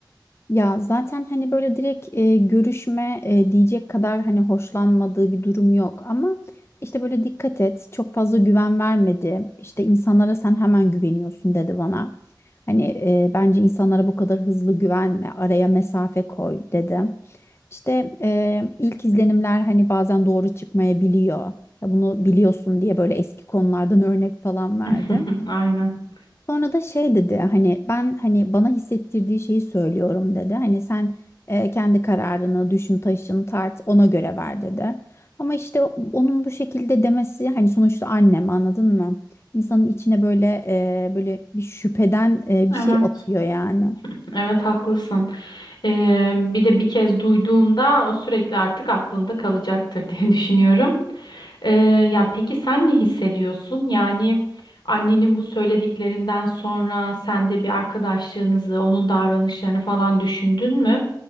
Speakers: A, on the left; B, on the left.
A: Ya zaten hani böyle direkt e, görüşme e, diyecek kadar hani hoşlanmadığı bir durum yok ama işte böyle dikkat et çok fazla güven vermedi işte insanlara sen hemen güveniyorsun dedi bana hani e, bence insanlara bu kadar hızlı güvenme araya mesafe koy dedi işte e, ilk izlenimler hani bazen doğru çıkmayabiliyor Ya bunu biliyorsun diye böyle eski konulardan örnek falan verdi.
B: <laughs> Aynen.
A: Sonra da şey dedi hani ben hani bana hissettirdiği şeyi söylüyorum dedi. Hani sen e, kendi kararını düşün taşın tart ona göre ver dedi. Ama işte onun bu şekilde demesi hani sonuçta annem anladın mı? İnsanın içine böyle e, böyle bir şüpheden e, bir
B: Evet,
A: şey atıyor yani.
B: evet haklısın. Ee, bir de bir kez duyduğunda o sürekli artık aklında kalacaktır <laughs> diye düşünüyorum. Ee, ya peki sen ne hissediyorsun? Yani annenin bu söylediklerinden sonra sen de bir arkadaşlığınızı, onun davranışlarını falan düşündün mü?